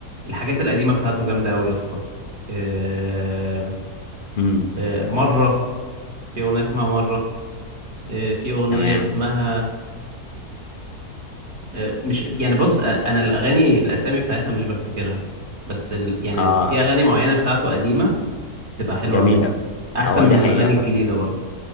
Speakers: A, on the right; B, on the left.
A: الحاجات القديمة بتاعته جامدة أوي يا اسطى آه
B: امم
A: آه مرة في أغنية اسمها مرة آه في أغنية
B: تمام
A: اسمها آه مش يعني بص آه، أنا الأغاني الأسامي بتاعتها مش بفتكرها بس ال... يعني
B: اه
A: في أغاني معينة بتاعته قديمة تبقى حلوة
B: جميله
A: أوي أحسن
B: هو
A: من
B: دي
A: الأغاني
B: حقيقه فعلا
A: الجديدة برضه